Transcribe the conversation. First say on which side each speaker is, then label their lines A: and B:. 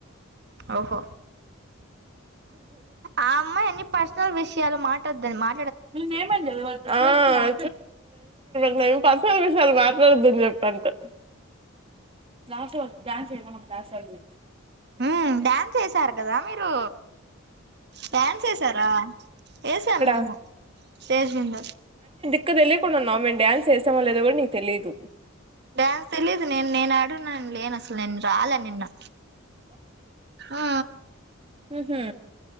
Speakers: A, on the right; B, on the right.
A: ఓహో ఆ అమ్మాయన్ని పర్సనల్ విష్ <unintelligible> మాటోద్దని మా
B: నిన్న ఏమైంది తెలవ <inaudible> నేను పర్సనల్ విషయాలు మాట్లాడదాని చెప్ప అంతే లాస్ట్ వన్ డాన్స్ చేయలే మన క్లాసోళ్ళు
A: మ్మ్ డ్యాన్స్ ఏసారు కదా మీరు డ్యాన్స్ ఏసారా ఏసాం మేము
B: <unintelligible>
A: స్టేజ్ మింద
B: క్క తెలియకుండున్నావు మేము డ్యాన్స్ చేసామో లేదో కూడా నీకు తెలీదు
A: డ్యాన్స్ తెలిదు నేను నేను ఆడున్నాను లేను అసలు నేను రాలే నిన్న ఊ
B: మ్మ్ హు